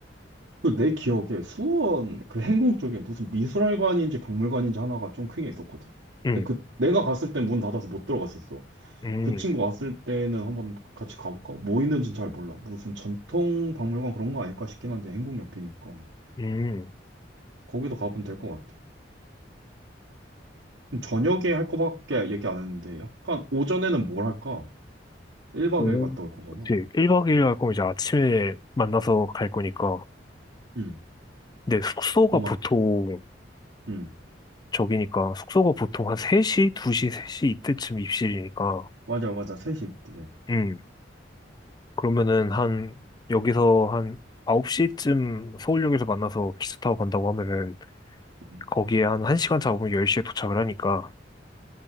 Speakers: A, on the right; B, on the left.
A: 그 내 기억에 수원 그 행궁 쪽에 무슨 미술관인지 박물관인지 하나가 좀 크게 있었거든?
B: 음,
A: 근데 그, 내가 갔을 땐 문 닫아서 못 들어갔었어.
B: 음,
A: 그 친구 왔을 때는 한번 같이 가볼까? 뭐 있는지는 잘 몰라. 무슨 전통 박물관 그런 거 아닐까 싶긴 한데, 행궁 옆이니까.
B: 음.
A: 거기도 가보면 될 것 같아. 저녁에 할 거밖에 얘기 안 했는데, 약간 오전에는 뭘 할까? 1박
B: 오.
A: 2일 갔다 올 거잖아.
B: 그치. 1박 2일 할 거면 이제 아침에 만나서 갈 거니까.
A: 응.
B: 근데 숙소가
A: 뭔가,
B: 보통,
A: 응.
B: 저기니까, 숙소가 보통 한 3시, 2시, 3시 이때쯤 입실이니까.
A: 맞아, 맞아. 셋이 그래.
B: 음. 그러면은 한 여기서 한 9시쯤 서울역에서 만나서 기차 타고 간다고 하면은
A: 음.
B: 거기에 한 1시간 잡으면 10시에 도착을 하니까